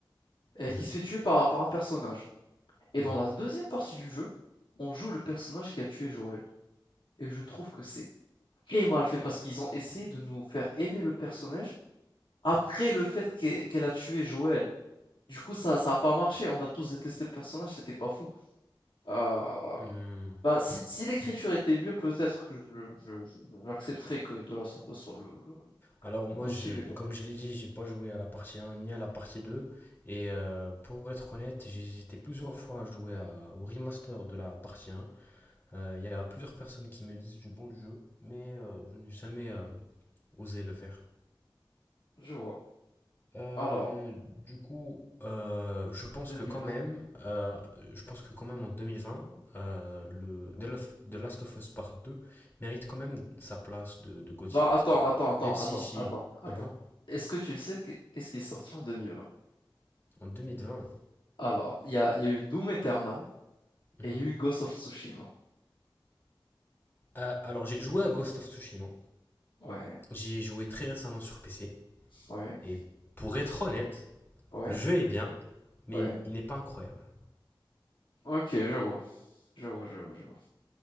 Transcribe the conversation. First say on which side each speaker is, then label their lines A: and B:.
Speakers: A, on the left; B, on the left.
A: et
B: mhm,
A: qui se fait tuer par par un personnage et
B: mhm,
A: dans la deuxième partie du jeu, on joue le personnage qui a tué Joël et je trouve que c'est très mal fait parce qu'ils ont essayé de nous faire aimer le personnage après le fait qu'e qu'elle a tué Joël. Du coup, ça ça a pas marché. On a tous détesté le personnage, c'était pas fou. Heu,
B: mhm.
A: bah, si si l'écriture était mieux, peut-être que je je je j'accepterais que De La of soit le le
B: Alors moi,
A: le GOTY,
B: je,
A: mais bon,
B: comme je l'ai dit, j'ai pas joué à la partie 1 ni à la partie 2. Et euh, pour être honnête, j'ai hésité plusieurs fois à jouer à- au remaster de la partie 1. Euh, Il y a plusieurs personnes qui me disent du bon du jeu, mais euh, je n'ai jamais euh, osé le faire.
A: je vois.
B: Euh,
A: Alors,
B: du coup, euh, je pense
A: 2020.
B: que quand même, euh, je pense que quand même en 2020, euh, le The Laf- The Last of Us Part 2 mérite quand même sa place de, de GOTY
A: Bah,
B: parce
A: attends,
B: que
A: attends, attends,
B: même
A: attends,
B: si j'y...
A: attends, attends.
B: Hein
A: Est-ce que tu sais qu'est qu'est-ce qui est sorti en 2020?
B: en 2020.
A: Alors, il y a il y a eu Doom Eternal
B: mhm.
A: et il y a eu Ghost of Tsushima.
B: Euh, alors, j'ai joué à Ghost of Tsushima.
A: Ouais,
B: J'y ai joué très récemment sur PC.
A: ouais,
B: Et pour être honnête,
A: ouais,
B: le jeu est bien, mais
A: ouais.
B: il n'est pas incroyable.
A: OK, je vois, je vois, je vois, je vois.